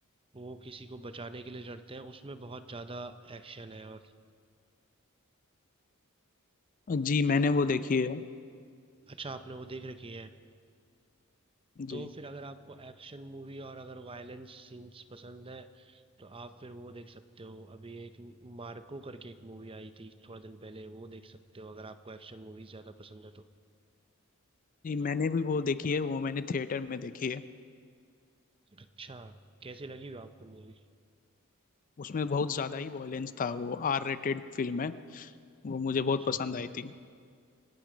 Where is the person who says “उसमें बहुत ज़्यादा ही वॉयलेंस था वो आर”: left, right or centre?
Left